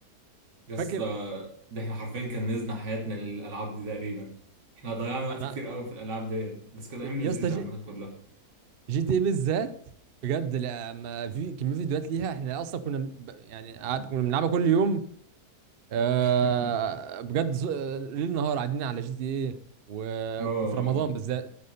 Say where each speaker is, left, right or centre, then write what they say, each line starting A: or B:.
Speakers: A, on the right (about 80°); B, on the right (about 55°).
A: يا
B: فاكر
A: اسطى ده احنا حرفيا كنزنا حياتنا للالعاب دي تقريبا احنا ضيعنا وقت
B: انا
A: كتير قوي في الالعاب ديت بس كانت
B: ب-
A: ايام
B: يا
A: لذيذه
B: اسطى
A: عامه كلها
B: جي تي بالذات بجد لما في كميه فيديوهات ليها احنا اصلا كنا ب- يعني قعد- كنا بنلعبها كل يوم آه،
A: <laughs>
B: بجد ز- آه، ليل نهار قاعدين على جي تي ايه وفي
A: اه
B: رمضان بالذات